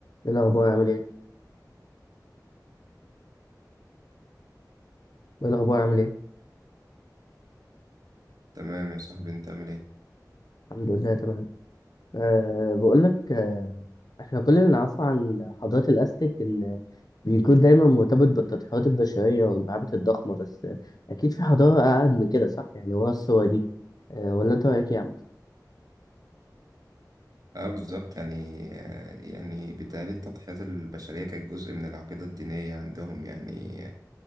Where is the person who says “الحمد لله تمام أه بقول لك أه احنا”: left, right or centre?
Left